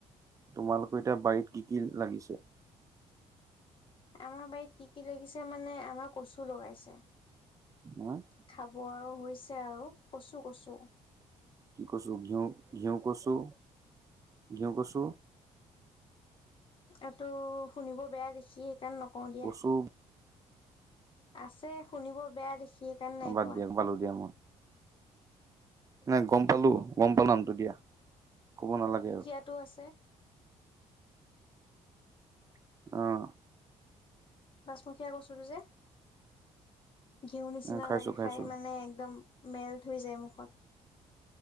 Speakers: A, on the right; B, on the left.
A: তোমালোকৰ এতিয়া বাৰীত কি, কি লাগিছে।
B: আমাৰ বাৰীত কি, কি লাগিছে মানে আমাৰ কচু লগাইছে।
A: <unintelligible>
B: খাব হৈছে আৰু কচু, কচু
A: কি কছো ঘিউ, ঘিউ কছু, ঘিউ কছো
B: এইটো শুনিব বেয়া দেখি সেইকাৰণে নকওঁ দিয়া।
A: কচু
B: আছে শুনিব বেয়া দেখি। সেইকাৰণে নাই
A: বাদ
B: কোৱা
A: দিয়ক পালো দিয়া মই। নাই গম পালো, গম পাল নামটো দিয়া ক'ব নালাগে আৰু।
B: তটো আছে।
A: অ'।
B: বাছমুখীয়া কৈছোতো যে ঘিউ নিচিনা
A: উ খাইছো
B: লাগে
A: খাইছো
B: খাই মানে একদম। মেলট হৈ যায় মুখত।